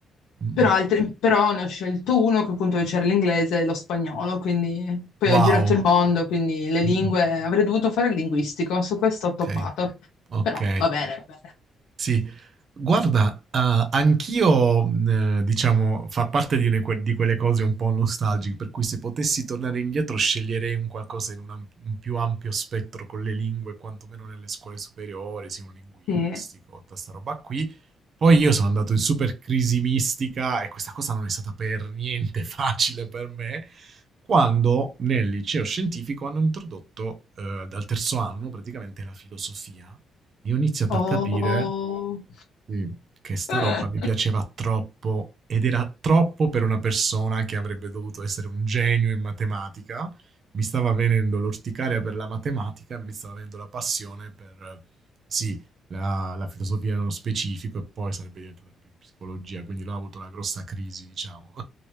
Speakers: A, on the right; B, on the left.
A: Mm,
B: Però,
A: mm.
B: altri- però ne ho scelto uno che appunto c'era l'inglese e lo spagnolo, quindi poi
A: Wow.
B: ho girato il mondo, quindi le lingue,
A: Mm, mm.
B: avrei dovuto fare il linguistico, su questo ho toppato.
A: Ok, ok.
B: Però va bene, va
A: Sì, Guarda, ah, anch'io, mhmm, diciamo, fa parte di une que di quelle cose un po' nostalgiche, per cui se potessi tornare indietro sceglierei un qualcosa in un am un più ampio spettro con le lingue, quantomeno nelle scuole superiori, sì, un linguistico,
B: bene. Sì.
A: tutta 'sta roba qui, poi io sono andato in super crisi mistica e questa cosa non è stata per niente <laughs> facile per me quando nel liceo scientifico hanno introdotto eh, dal terzo anno praticamente la filosofia. Io ho iniziato
B: Oh,
A: a capire sì, che sta
B: <laughs>
A: roba mi piaceva troppo ed era troppo per una persona che avrebbe dovuto essere un genio in matematica. Mi stava venendo l'orticaria per la matematica e mi stava venendo la passione per, sì, la, la filosofia nello specifico e poi sarebbe diventata più psicologia, quindi l'ho avuto la grossa crisi, diciamo.